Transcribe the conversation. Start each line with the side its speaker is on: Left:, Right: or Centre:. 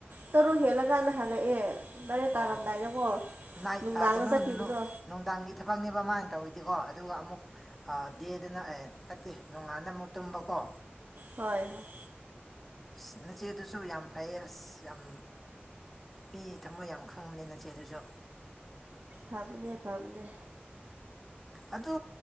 Right: ꯇꯔꯨꯛ ꯍꯦꯜꯂꯀꯥꯟꯗ ꯍꯜꯂꯛꯑꯦ ꯇꯔꯦꯠ
Centre: ꯑꯣ
Right: ꯇꯥꯔꯝꯗꯥꯏꯗꯀꯣ
Centre: ꯅꯥꯏꯠ
Right: ꯅꯨꯡꯗꯥꯡꯅ
Centre: ꯀꯩꯅꯣ
Right: ꯆꯠꯈꯤꯕꯗꯣ
Centre: ꯅꯨꯡꯗꯥꯡꯒꯤ ꯊꯕꯛꯅꯦꯕ ꯃꯥꯅ ꯇꯧꯋꯤꯗꯤꯀꯣ ꯑꯗꯨꯒ ꯑꯃꯨꯛ ꯑ ꯗꯦ ꯑꯗꯨꯅ ꯑꯦ ꯅꯠꯇꯦ ꯅꯣꯡꯉꯥꯟꯗ ꯑꯃꯨꯛ ꯇꯨꯝꯕꯀꯣ
Right: ꯍꯣꯏ ꯍꯣꯏ
Centre: ꯑꯁ ꯅꯆꯦꯗꯨꯁꯨ ꯌꯥꯝ ꯐꯩꯌꯦ ꯑꯁ ꯌꯥꯝ ꯃꯤ ꯊꯃꫭꯏ ꯌꯥꯝ ꯈꯪꯕꯅꯤ ꯅꯆꯦꯗꯨꯁꯨ
Right: ꯐꯕꯅꯦ ꯐꯕꯅꯦ
Centre: ꯑꯗꯨ